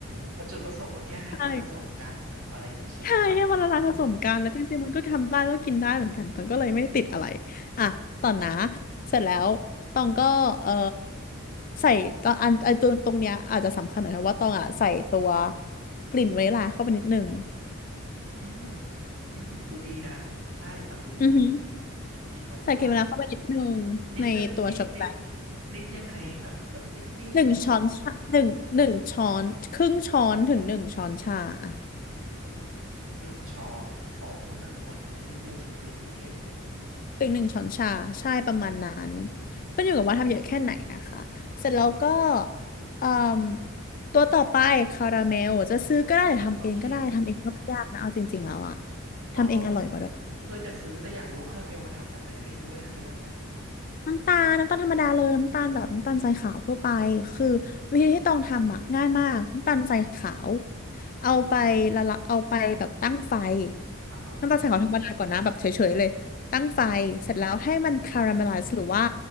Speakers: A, on the right; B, on the left.
A: แต่จุดประสงค์ก็แค่ให้มันผสมกันนะอะไรอย่างเงี้ยใช่ป่ะ
B: ใช่ใช่ให้มันละลายผสมกันแล้วจริงๆมันก็ทำได้ก็กินได้เหมือนกันตองก็เลยไม่ได้ติดอะไร
A: เออ
B: อ่ะต่อนะเสร็จแล้วตองก็เออใส่ตอนอันไอตัวตรงเนี้ยอาจจะสำคัญหน่อยเพราะว่าตองอ่ะใส่ตัวกลิ่นวานิลลาเข้าไปนิดนึง
A: อืมอืมดูดีนะใช่ฟังดูดีเลย
B: อือหือ
A: กลิ่นวานิลา
B: ใส่กลิ่นวานิลลาเข้าไปนิดนึงในตัวช็อกโกแลต
A: นิดนึงนิดนิดนิดนิดยังไงอะแบบนิดนิดเลยเหรอ
B: หนึ่งช้อนชาหนึ่งหนึ่งช้อนครึ่งช้อนถึงหนึ่งช้อนชาอะ
A: ครึ่งช้อนอ๋อโอ้ยนนอนนิดนิดเดียวจริงๆโอเค
B: ถึงหนึ่งช้อนชาใช่ประมาณนั้นขึ้นอยู่กับว่าทำเยอะแค่ไหนนะคะเสร็จแล้วก็เอ่มตัวต่อไปคาราเมลจะซื้อก็ได้หรือทำเองก็ได้ทำเองก็ไม่ยากนะเอาจริงๆแล้วอะ
A: โอเคโอ้เคยแต่ซื้อแต่อยากรู้ว่าคาราเมลมาทำจากอะไรยังไม่รู้เลยนะทุกวันเนี้ย
B: ทำเองอร่อยกว่าด้วย น้ำตาลน้ำตาลธรรมดาเลยน้ำตาลแบบน้ำตาลทรายขาวทั่วไปคือวิธีที่ต้องทำอ่ะง่ายมากน้ำตาลทรายขาวเอาไปละละเอาไปแบบตั้งไฟ
A: อ่าฮะ
B: น้ำตาลทรายขาวธรรมดาก่อนนะแบบเฉยๆเลยตั้งไฟเสร็จแล้วให้มันคาราเมลไลซ์หรือว่า